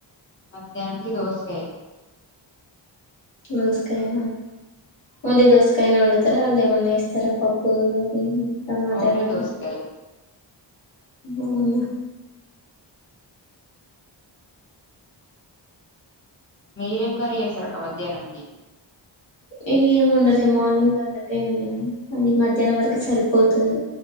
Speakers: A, on the left; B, on the left.
A: మధ్యాహ్ననికి దోసకాయ్
B: దోసకాయనా ఓన్లీ దోసకాయనా వండుతారా అందులో ఏమన్నా ఏస్తారా పప్పు హ్మ్ టమాట
A: ఓన్లీ
B: గానీ
A: దోసకాయ్
B: అవునా
A: మీరేం కర్రీ చేసారక్కా మధ్యాహ్నంకి
B: నేను ఏమి వండలే మార్నింగ్ దొండకాయ వండిన అది మధ్యాహ్నం వరకు సరిపోతది